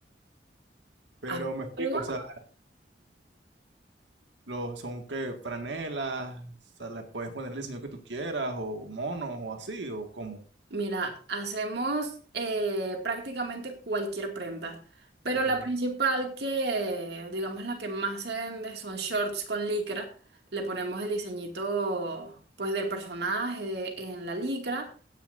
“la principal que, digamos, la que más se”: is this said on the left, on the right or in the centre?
Right